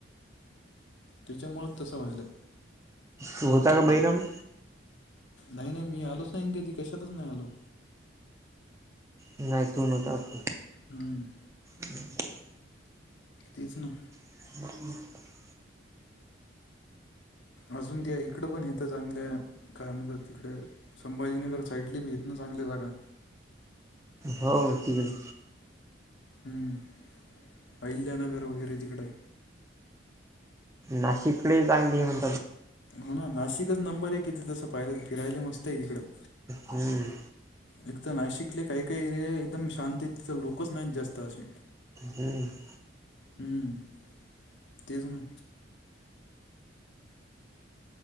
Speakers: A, on the left; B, on the right.
A: त्याच्यामुळंच तसं व्हायलं.
B: तो होता का बहिराम
A: नाही नाही मी आलोच नाही ईन कधी कशातच नाही आलो.
B: नाही तू नव्हतं.
A: हम
B: हम्म
A: तेच ना
B: ह
A: अजून ते इकडं पण इथं चांगल्या काय म्हणतात तिकडे संभाजीनगर साईडली बी येत ना चांगल्या जागा
B: हो तिकडे
A: हम्म अहिल्यानगर वगैरे तिकडं
B: नाशिकडे चांगली म्हण
A: हो ना नाशिकच नंबर आहे इथे तसं पाहिलंच फिरायला मस्त आहे तिकडं.
B: हम्म
A: एक तर नाशिकले काही काही एरिया एकदम शांत आहेत तिथं लोकच नाहीत जास्त असे.
B: हम्म
A: हम्म तेच ना